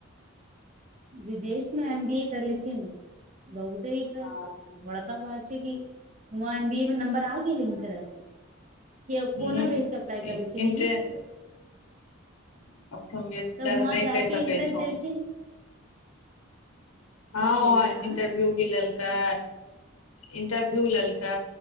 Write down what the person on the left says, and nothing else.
हँ
ह
इंट्रेंस
अब हम एते
नहि कहि सकै
छौ
हँ
इंटरव्यू भी लेलकै। इंटरव्यू लेलकै